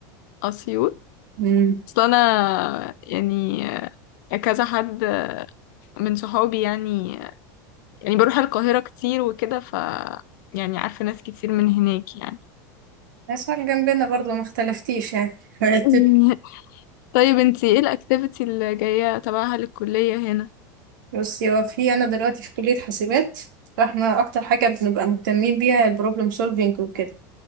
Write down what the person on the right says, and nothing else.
امم
اسوان جنبنا برضو ما اختلفتيش يعني <laughs>
بصي هو في انا دلوقتي في كلية حاسبات فاحنا اكتر حاجة بنبقى مهتمين بيها البروبلم سولفينج وكده